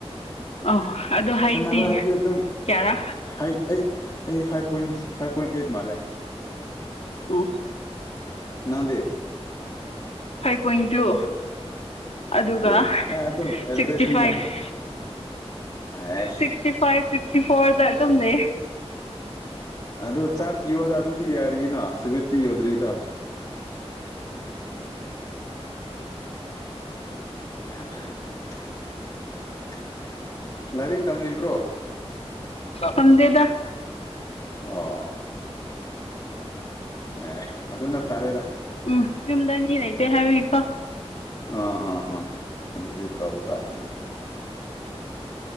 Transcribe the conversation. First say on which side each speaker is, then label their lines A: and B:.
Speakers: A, on the left (about 75°); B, on the left (about 40°).
A: ꯑꯧ ꯑꯗꯣ ꯍꯥꯏꯠꯇꯤ
B: ꯁꯥꯟꯅꯕ ꯍꯥꯏꯕꯗꯤ ꯑꯗꯨꯝ
A: ꯀꯌꯥꯔꯥ
B: ꯍ ꯑꯩ ꯑꯩ five point five point eight ꯃꯥꯜꯂꯦ
A: ꯎꯝ
B: ꯅꯪꯗꯤ
A: ꯐꯥꯏꯚ ꯄꯣꯏꯟ ꯇꯨ ꯑꯗꯨꯒ
B: ꯑꯣꯀꯦ ꯑꯦ ꯑꯗꯨ ꯑꯦꯚꯔꯦꯖꯅꯤꯅꯦ
A: ꯁꯤꯛꯁꯇꯤ ꯐꯥꯏꯚ
B: ꯍꯥꯏꯁ
A: ꯁꯤꯛꯁꯇꯤ ꯐꯥꯏꯚ ꯁꯤꯛꯁꯇꯤ ꯐꯣꯔꯗ ꯑꯗꯨꯝ‌ ꯂꯩꯌꯦ
B: ꯑꯣ ꯆꯥꯛ ꯌꯣꯗ ꯑꯗꯨꯗꯤ ꯌꯥꯔꯤꯅ ꯁꯨꯚꯦꯠꯇꯤ ꯌꯣꯗ꯭ꯔꯤꯗꯣ <unintelligible> ꯂꯥꯏꯔꯤꯛ ꯇꯝꯂꯤꯕ꯭ꯔꯣ
A: ꯇꯝꯗꯦꯗ
B: ꯑꯣ ꯑꯦ ꯑꯗꯨꯅ ꯐꯔꯦꯗ
A: ꯎꯝ ꯌꯨꯝꯗ ꯃꯤ ꯂꯩꯇꯦ ꯍꯥꯏꯕꯒꯤꯀꯣ
B: ꯑꯥ ꯑꯥ ꯑꯥ ꯑꯗꯨꯗꯤ ꯇꯧ ꯇꯥꯕꯅꯤꯅꯦ